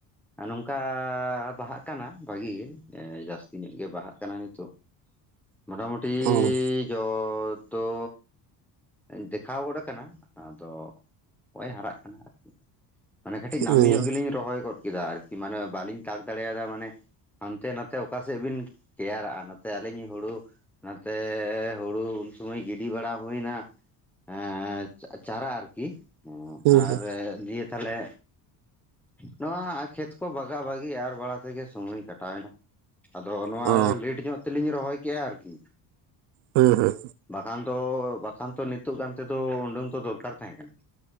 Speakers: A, in the centre; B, on the right (about 70°).
A: ᱱᱚᱝᱠᱟ ᱵᱟᱦᱟᱜ ᱠᱟᱱᱟ ᱵᱷᱟᱜᱤ ᱜᱮ ᱡᱟᱹᱥᱛᱤ ᱧᱚᱜ ᱜᱮ ᱵᱟᱦᱟᱜ ᱠᱟᱱᱟ ᱱᱤᱛᱚᱜ᱾ ᱢᱚᱴᱟᱢᱩᱴᱤ
B: ᱚ
A: ᱡᱚ ᱫᱚ ᱫᱮᱠᱷᱟᱣ ᱜᱚᱫ ᱟᱠᱟᱱᱟ ᱟᱫᱚ ᱱᱚᱜᱚᱭ ᱦᱟᱨᱟᱜ ᱠᱟᱱᱟ ᱟᱨᱠᱤ᱾ ᱢᱟᱱᱮ ᱠᱟᱹᱴᱤᱡ ᱱᱟᱹᱢᱤ
B: ᱦᱩᱸ
A: ᱧᱚᱜ ᱜᱮᱞᱤᱧ ᱨᱚᱦᱚᱭ ᱜᱚᱫ ᱠᱮᱫᱟ, ᱟᱨᱠᱤ ᱢᱟᱱᱮ ᱵᱟᱞᱤᱧ ᱛᱟᱜᱠ ᱫᱟᱲᱮᱭᱟᱫᱟ ᱢᱟᱱᱮ ᱦᱟᱱᱛᱮ ᱱᱟᱛᱮ ᱚᱠᱟ ᱥᱮᱫ ᱵᱤᱱ ᱠᱮᱭᱟᱨᱟᱜᱼᱟ ᱱᱟᱛᱮ ᱟᱹᱞᱤᱧ ᱦᱩᱲᱩ ᱚᱱᱟᱛᱮ ᱦᱩᱲᱩ ᱩᱱ ᱥᱩᱢᱚᱭ ᱜᱤᱰᱤ ᱵᱟᱲᱟ ᱦᱩᱭᱱᱟ᱾ ᱮᱸ ᱪᱟ ᱪᱟᱨᱟ ᱟᱨᱠᱤ
B: ᱦᱩᱸ
A: ᱟᱨ
B: ᱦᱩᱸ
A: ᱫᱤᱭᱮ ᱛᱟᱦᱞᱮ ᱱᱚᱶᱟ ᱠᱷᱮᱛ ᱠᱚ ᱵᱟᱜᱟᱼ ᱵᱷᱟᱹᱜᱤ ᱟᱨ ᱵᱟᱲᱟ ᱛᱮᱜᱮ ᱥᱚᱢᱚᱭ ᱠᱟᱴᱟᱣᱮ ᱮᱱᱟ ᱟᱫᱚ ᱱᱚᱶᱟ
B: ᱚ
A: ᱞᱮᱴ ᱧᱚᱜ ᱛᱮᱞᱤᱧ ᱨᱚᱦᱚᱭ ᱠᱮᱫᱮᱜᱼᱟ ᱟᱨᱠᱤ
B: ᱦᱩᱸ ᱦᱩᱸ
A: ᱵᱟᱠᱷᱟᱱ ᱫᱚ ᱵᱟᱠᱷᱟᱱ ᱛᱚ ᱱᱤᱛᱚᱜ ᱜᱟᱱ ᱛᱮᱫᱚ ᱩᱰᱩᱝ ᱛᱚ ᱫᱚᱨᱠᱟᱨ ᱛᱟᱦᱮᱸ ᱠᱟᱱᱟ